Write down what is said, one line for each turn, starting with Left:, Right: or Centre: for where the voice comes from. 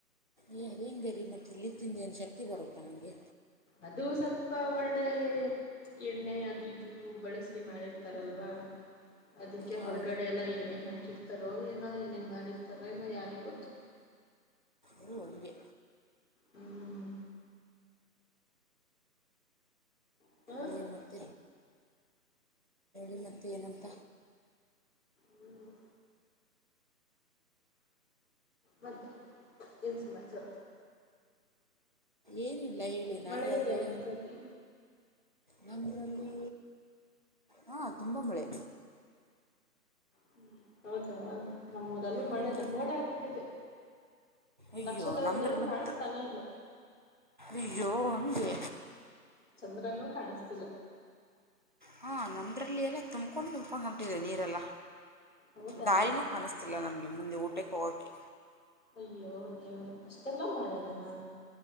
Right: ಏ ಅದೇನು ಬರಿ ಮತ್ತು ಇಲ್ಲಿ ತಿಂದ ಏನು ಶಕ್ತಿ ಬರುತ್ತಾ ನನಗೆ.
Left: ಅದು ಸ್ವಲ್ಪ ಒಳ್ಳೆ. ಎಣ್ಣೆ ಅದು ಇದು ಬಳಸಿ ಮಾಡಿರ್ತಾರಲ್ವಾ. ಅದಕ್ಕೆ
Right: ಹಾಂ
Left: ಹೊರಗಡೆ ಎಲ್ಲ ಏನೇನ್ ಹಾಕಿರ್ತಾರೋ ಏನೋ ಏನೇನ್ ಮಾಡಿರ್ತಾರೋ ಏನೋ ಯಾರಿಿಗೆ ಗೊತ್ತು.
Right: ಹ್ಮ ಹಂಗೆ
Left: ಹ್ಮ್ ಹಾ
Right: ಇನ್ನೇನು ಮತ್ತ ಇ ಮತ್ತು ಏನಂತ
Left: ಹ್ಮ್ ಮತ್ತೆ ಏನು ಸಮಾಚಾರ
Right: ಏನಿಲ್ಲ ಹೇಳಿ ನಾವ
Left: ಮಳೆ ಇದೆಯಾ
Right: ಅದೇ.
Left: ನಿಮ್ಮೂರಲ್ಲಿ
Right: ನಂದ್ರಲ್ಲಿ ಹಾ ತುಂಬ ಮಳೆ.
Left: ಹ್ಮ ಹೌದಾ ನಮ್ಮೂರಲ್ಲೂ ಮಳೆರಿ
Right: ನಮ್ದ್ರ
Left: ಮೋಡ ಆಗ್ಬಿಟ್ಟಿದೆ.
Right: ಅಯ್ಯೋ
Left: ನಕ್ಷತ್ರಗಳೇನು
Right: ನಂಬ್ರಲಂತ
Left: ಕಾಣಿಸ್ತಾನೆ ಇಲ್ಲ
Right: ಅಯ್ಯೋ ಹಗೆ
Left: ಚಂದ್ರನುೂ ಕಾಣಿಸ್ತಿಲ್ಲ
Right: ಹಾಂ ನಮ್ಮದ್ರಲ್ಲಿ ಎಲ್ಲ ತುಂಬ್ಕೊಂಡು ತುಂಬ್ಕೊಂಡು ಹೊಂಟಿದೆ ನೀರೆಲ್ಲ
Left: ಹೌದಾ
Right: ದಾರಿನೇ ಕಾಣಿಸ್ತದೆ ಗೊತ್ತಿಲ್ಲ ನಮಗೆ ಮುಂದೆ ಊಟಕ್ಕೆ ಹೋಗಕಿ
Left: ಅಯ್ಯೋ ದೇವ್ರಿ ಅಷ್ಟೆಲ್ಲ ಮಾಡ್ಯಾನ